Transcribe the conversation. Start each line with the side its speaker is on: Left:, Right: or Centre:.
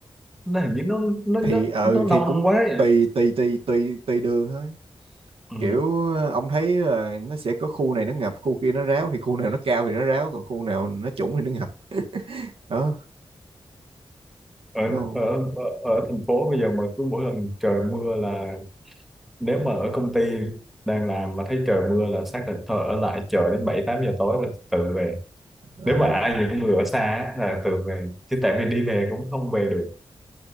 Centre: nó hình như nó nó nó,
Right: thì ờ
Centre: nó đông
Right: thì cũng
Centre: quá ấy.
Right: tùy tùy tùy tùy tùy đường thôi
Centre: ừ
Right: kiểu ờ, ông thấy là nó sẽ có khu này nó ngập khu kia nó ráo thì khu nào nó cao thì nó ráo còn khu nào nó trũng thì nó ngập đó
Centre: ở,
Right: đúng không
Centre: ở ở ở thành phố bây giờ mà cứ mỗi lần trời mưa là nếu mà ở công ty đang làm mà thấy trời mưa là xác định thôi ở lại chờ đến bảy tám giờ tối rồi tự về
Right: Ờ.
Centre: nếu mà ai những người ở xa á, là tự về chứ tại vì đi về cũng không về được